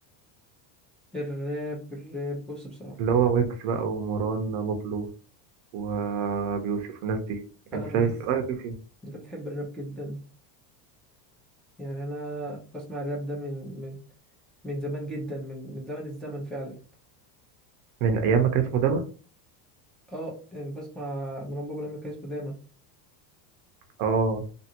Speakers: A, in the centre; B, on the right.
A: الراب الراب بص بصراحة
B: اللي هو ويجز بقى ومروان بابلو وأبي يوسف والناس دي
A: انا
B: أنت
A: من الناس
B: شايف رأيك إيه فيهم؟
A: اللي بتحب الراب جدا يعني انا بسمع الراب ده من من من زمان جدا من من زمن الزمن فعلا
B: من ايام ما كان اسمه دما
A: اه يعني بسمع مروان بابا لما كان اسمه دايما
B: اه